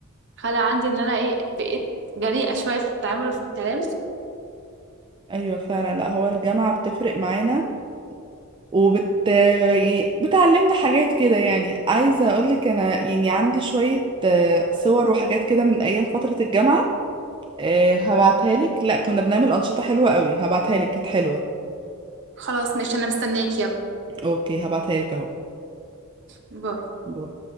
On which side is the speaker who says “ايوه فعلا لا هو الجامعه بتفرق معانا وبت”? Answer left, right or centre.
Right